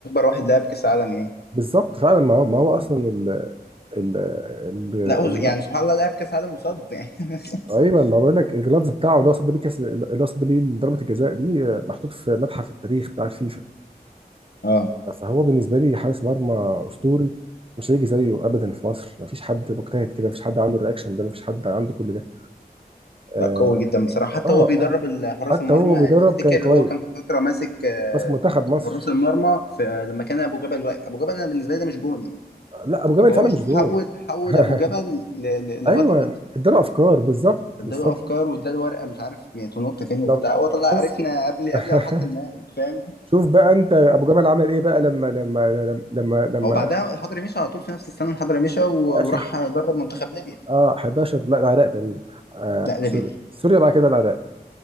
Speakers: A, on the left; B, on the right.
A: واحد لعب كاس عالم يعني
B: بالظبط فعلا ما هو ما هو اصلا ال ال ال
A: لا هو يعني
B: ال-
A: سبحان الله لعب كاس عالم وصد يعني <laughs>
B: ايوه ما بقول لك الجلافز بتاعه اللي هو صد بيه كاس اللي هو صد بيه ضربه الجزاء دي آه، محطوط في متحف التاريخ بتاع الفيفا
A: اه
B: فهو بالنسبه لي حارس مرمى اسطوري مش هيجي زيه ابدا في مصر مفيش حد مجتهد كده مفيش حد عنده الرياكشن ده مفيش حد عنده كل ده اه
A: لا قوي جدا بصراحه حتى
B: اه
A: هو بيدرب
B: آه.
A: ال- حراس
B: حتى
A: المرمى
B: هو بيدرب
A: يعني تفتكر
B: كان كويس
A: هو كان في فتره ماسك آه،
B: ماسك منتخب مصر
A: حراس المرمى في آه، لما كان ابو جبل واقف ابو جبل انا بالنسبه لي ده مش جون يعني
B: لا ابو جبل
A: فهو
B: فعلا
A: شوف
B: مش جون
A: حول حول
B: <laughs>
A: ابو جبل ل- ل- لبطل
B: ايوه اداله افكار بالظبط
A: اداله
B: بالظبط
A: افكار واداله ورقه مش عارف يعني تنط فين
B: بالظبط
A: وبتاع هو طلع عرفنا
B: بس
A: قبل
B: <laughs>
A: قبل ما حتى النهائي فاهم
B: شوف بقى انت ابو جمل عمل ايه بقى لما لما لما لما
A: هو بعدها الحضري مشى على طول في نفس السنه الحضري مشى و-
B: يا اخي
A: وراح درب منتخب ليبيا
B: اه 11 لا العراق تقريبا آه
A: لا ليبيا
B: سوريا سوريا بعد كده العراق